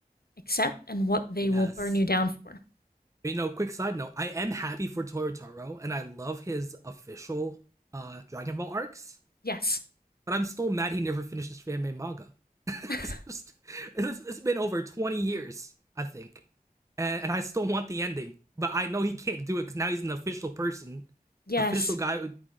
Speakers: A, on the left; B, on the right.
A: accept and what they
B: Yes.
A: will burn you down for.
B: You know, quick side note, I am happy for Toru Taro, and I love his official uh, Dragon Ball arcs.
A: Yes.
B: but I'm still mad he never finished his fan-made manga. <laughs> manga.
A: <laughs>
B: it's, it's been over 20 years, I think, and, and I still want the ending, but I know he can't do it because now he's an official person,
A: yes.
B: official guy who-